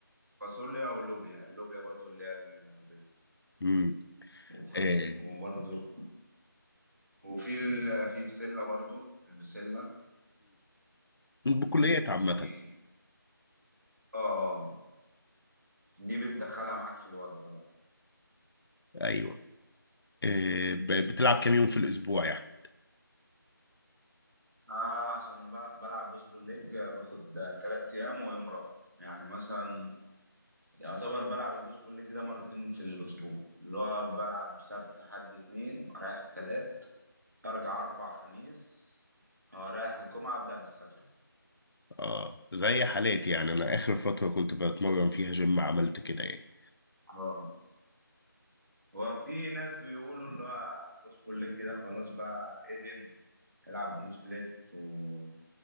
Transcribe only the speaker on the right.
فاصوليا ولوبيا اللوبيا برضو اللي هي البيضة
وفي
وبرضو وفي ال... في بسلة برضو البسلة
وفي
اه آه. دي بتدخلها معاك في الوجبة بقى
آه عشان بقى بلعب بوش بول ليج باخد تلات أيام ويوم راحة يعني مثلا يعتبر بلعب البوش بول ليج ده مرتين في الأسبوع اللي هو بلعب سبت حد اتنين رايح التلات أرجع أربع خميس اه رايح الجمعة أبدأ من السبت
اه هو في ناس بيقولوا اللي هو بوش بول ليج ده خلاص بقى ادم العب بروس بليت و...